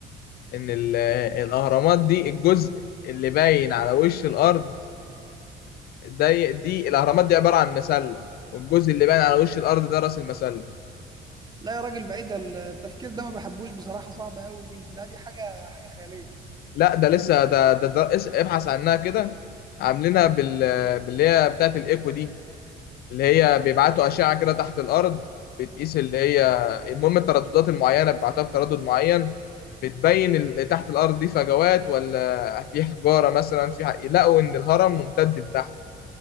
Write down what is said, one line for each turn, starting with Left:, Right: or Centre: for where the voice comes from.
Left: ان ال- الاهرامات دي الجزء اللي باين على وش الارض ده دي الاهرامات دي عباره عن مسله والجزء اللي باين على وش الارض ده راس المسله
Right: لا يا راجل بعيد التفكير ده ما بحبوش بصراحه صعب قوي دي لا دي حاجه حاجه خياليه
Left: لا ده لسه ده ده, ده اس- ابحث عنها كده عاملينها بال باللي هي بتاعت الايكو دي اللي هي بيبعتوا اشعه كده تحت الارض بتقيس اللي هي المهم الترددات المعينه بيبعتوها بتردد معين بتبين اللي تحت الارض دي فجوات ولا في حجاره مثلا في حق... لقوا ان الهرم ممتد لتحت